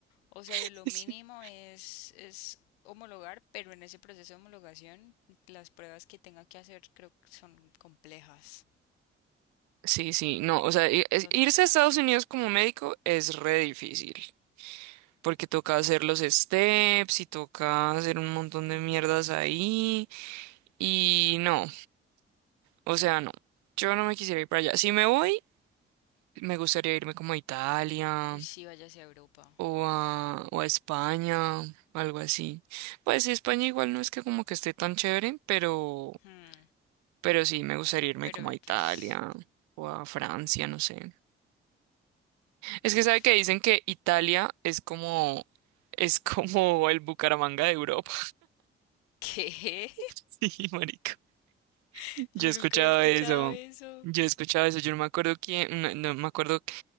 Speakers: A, on the left (about 80°); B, on the right (about 65°).
A: O sea,
B: <laughs>
A: lo mínimo es, es homologar, pero en ese proceso de homologación, las pruebas que tenga que hacer creo que son complejas,
B: Sí, sí, no, o sea, i- es-
A: donde
B: irse
A: sea.
B: a Estados Unidos como médico es re difícil, porque toca hacer los steps y toca hacer un montón
A: Ujú.
B: de mierdas ahí, Y no, o sea, no. Yo no me quisiera ir para allá. Si me voy, me gustaría irme como a Italia
A: Uy, sí, váyase a Europa.
B: o a, o a España, algo así. Pues sí, España igual no es que como que esté tan chévere, pero,
A: Hmm,
B: pero sí me gustaría irme
A: Pero
B: como a Italia
A: pues,
B: o a Francia, no sé. Es
A: uff,
B: que sabe que dicen que Italia es como, es como el Bucaramanga de Europa.
A: ¿qué?
B: <laughs> Sí, marica. Yo
A: <laughs> Yo
B: he escuchado
A: nunca había escuchado
B: eso.
A: eso.
B: Yo he escuchado eso. Yo no me acuerdo quién, no, no me acuerdo